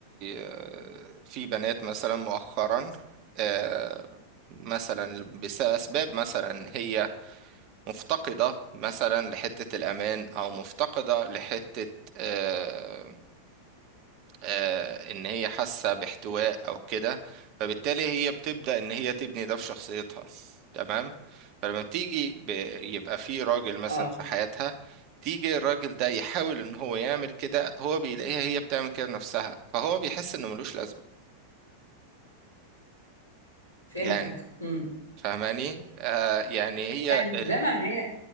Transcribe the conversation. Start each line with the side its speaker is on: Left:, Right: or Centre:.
Right: آه في بنات مثلا مؤخرا آه مثلا بأسباب مثلا هي مفتقدة مثلا لحتة الأمان أو مفتقدة لحتة آه، آه، ان هي حاسه باحتواء او كده فبالتالي هي بتبدا ان هي تبني ده في شخصيتها تمام فلما بتيجي ب... يبقى في راجل مثلا
Left: اه
Right: في حياتها تيجي الراجل ده يحاول ان هو يعمل كده هو بيلاقيها هي بتعمل كده بنفسها فهو بيحس انه ملوش لازمه
Left: فهمتك
Right: يعني
Left: مم.
Right: فاهماني آه يعني هي
Left: يعني ده
Right: ال...
Left: معناه